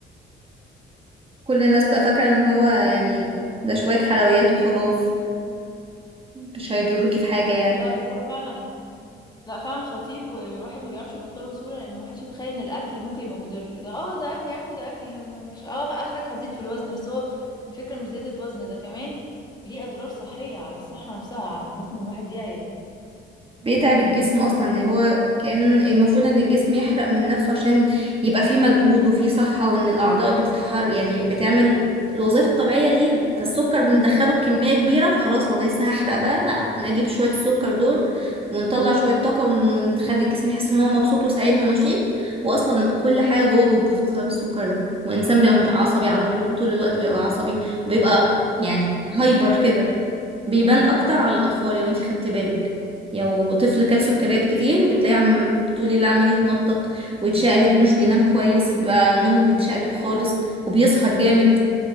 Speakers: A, on the right; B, on the left.
A: كل الناس بتبقى فاكرة ان هو يعني ده شوية حلويات وخلاص مش هيضركي في حاجة يعني
B: لا بس هو فعلا لا فعلا خطير والواحد ما بيعرفش يبطله بسهولة لأنه ما حدش يتخيل إن الأكل ممكن يبقى مضر ده اه ده أكل يا عم ده أكل ده مش اه آخرك هتزيد في الوزن بس هو الفكرة مش زيادة وزن ده كمان ليه أضرار صحية على الصحة نفسها على ممكن الواحد يعيا
A: بيتعب الجسم اصلا يعني هو كان المفروض ان الجسم يحرق من نفسه عشان يبقى فيه مجهود وفيه صحة وان الاعضاء بتتحر يعني بتعمل الوظائف الطبيعية ليها فالسكر بندخله بكمية كبيرة فخلاص هو ده لسه هحرق بقى لا نجيب شوية السكر دول ونطلع شوية طاقة ون- ونخلي الجسم يحس ان هو مبسوط وسعيد ونشيط واصلا كل حاجة جوه بتبوظ بسبب السكر ده والانسان بيبقى متعصبي على طول طول الوقت بيبقى عصبي وبيبقى يعني
B: اه
A: هايبر كده بيبان اكتر على الاطفال لو انتي خدتي بالك لو طفل كل سكريات كتير بتلاقي عم طول الليل عمال يتنطط ويتشقلب ومش بينام كويس بقى نومه بيتشقلب خالص وبيسهر جامد